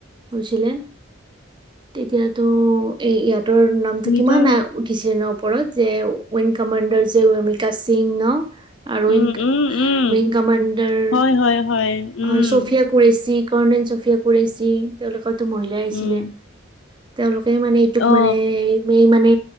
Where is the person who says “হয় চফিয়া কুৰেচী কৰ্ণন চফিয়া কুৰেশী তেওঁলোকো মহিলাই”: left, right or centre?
Right